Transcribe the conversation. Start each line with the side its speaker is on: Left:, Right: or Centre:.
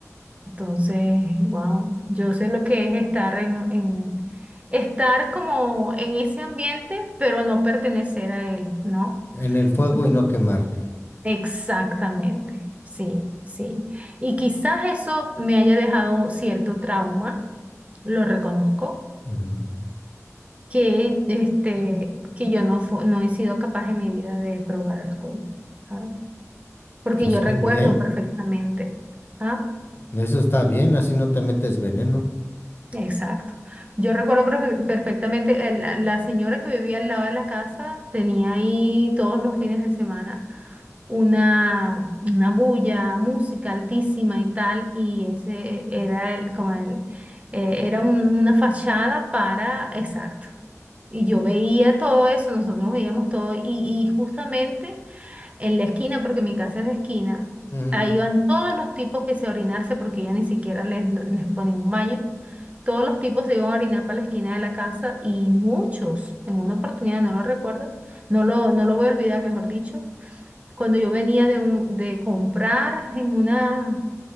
Right: Entonces, wow, yo sé lo que es estar en, en- estar como en ese ambiente, pero no pertenecer a él, ¿no?
Left: En el fuego
Right: Entonces,
Left: y no quemarte.
Right: exactamente, sí, sí. Y quizás eso me haya dejado cierto trauma, lo reconozco,
Left: Ujú.
Right: que este, que yo no fu- no he sido capaz en mi vida de probar alcohol, ¿sabes? Porque
Left: Pues
Right: yo
Left: qué
Right: recuerdo
Left: bien,
Right: perfectamente. ¿ah?
Left: eso está bien, así no te metes veneno.
Right: Exacto. Yo recuerdo perfe- perfectamente, el- la la señora que vivía al lado de la casa tenía ahí todos los fines de semana una, una bulla, música altísima y tal, y ese eh, era el, como el, eh, era un- una fachada para, exacto. Y yo veía todo eso, nosotros veíamos todo, y, y justamente en la esquina, porque mi casa es de esquina,
Left: Ujú.
Right: ahí iban todos los tipos que se orinarse porque ella ni siquiera les, les ponía un baño. Todos los tipos se iban a orinar para la esquina de la casa y muchos, en una oportunidad, no lo recuerdo, no lo, no lo voy a olvidar, mejor dicho, cuando yo venía de, un, de comprar en una,